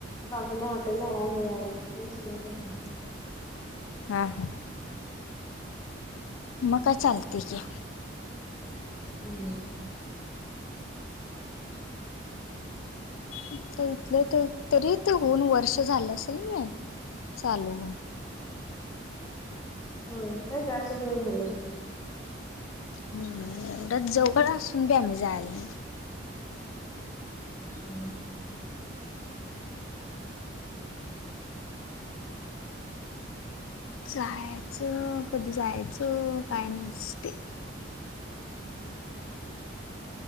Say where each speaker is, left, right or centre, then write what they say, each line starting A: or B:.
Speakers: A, on the left; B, on the left.
A: बाजूला हॉटेल आहे हे आहे सर म्हण.
B: हां हां. मग काय चालते की.
A: हम्म.
B: इथलं तर तरी ते होऊन वर्ष झालं असेल ना म चालू होऊन.
A: हो काय जास्त दिवस झाले असते.
B: हो एवढं जवळ असून बी आम्ही जायला.
A: हम्.
B: जायचं कधी जायचं काय नसते.